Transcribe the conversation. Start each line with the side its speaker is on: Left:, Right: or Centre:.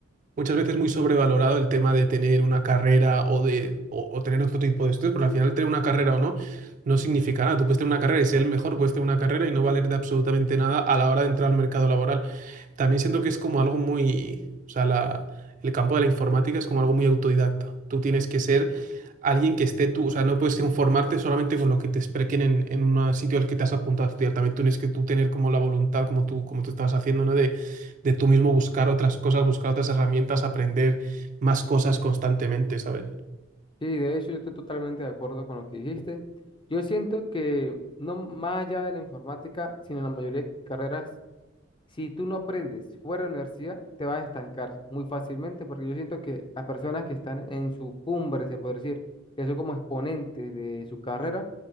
Right: muchas veces muy sobrevalorado el tema de tener una carrera o de o, o tener otro tipo de estudios, pero al final tener una carrera o no no significa nada. Tú puedes tener una carrera y ser el mejor, puedes tener una carrera y no valer de absolutamente nada a la hora de entrar al mercado laboral. También siento que es como algo muy, o sea, la- el campo de la informática es como algo muy autodidacta. Tú tienes que ser alguien que esté tú, o sea, no puedes informarte solamente con lo que te expliquen en, en un sitio al que te has apuntado a estudiar. También tienes que tú tener como la voluntad, como tú, como tú estabas haciendo, ¿no? de tú mismo buscar otras cosas, buscar otras herramientas, aprender más cosas constantemente, ¿sabes?
Left: Sí, de hecho, yo estoy totalmente de acuerdo con lo que dijiste. Yo siento que no más allá de la informática, sino en la mayoría de carreras si tú no aprendes fuera de la universidad, te vas a estancar muy fácilmente porque yo siento que las personas que están en su cumbre, se puede decir, que son como exponentes de su carrera,